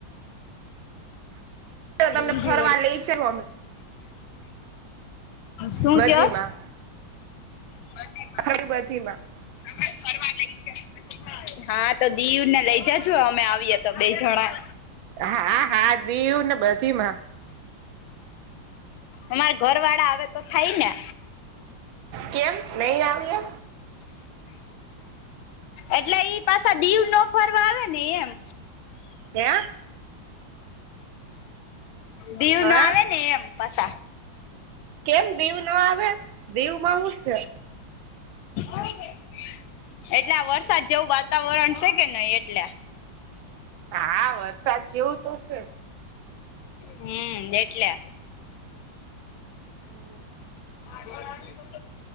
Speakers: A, on the right; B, on the left.
A: તમને
B: મરી
A: ફરવા લઈ છે અમે
B: શું
A: બધીમાં
B: ક. બમાં.
A: હરીું બધી માં.
B: હ ફરવા નઈ જ. હા તો દીવ ને લઈ જજો અમે આવીએ તો બે જણા.
A: હા હા દીવ ને બધી માં.
B: અમારે ઘર વાળા આવે તો થાય ને.
A: કેમ નહી આવી એ.
B: એટલે ઈ. પાછ દીવ ના ફરવા આવે ને એમ.
A: હે
B: દીવ ના
A: હે
B: આવે ને એમ પાછ.
A: કેમ દીવ ના આવે દીવ ઉલશે.
B: <inaudible> એટલે આ વરસાદ જેવું વાતાવરણ છે કે નહી એટલે
A: હા વરસાદ જેવું તોશે.
B: હમ એટલે.
A: હમ્મ
B: <unintelligible>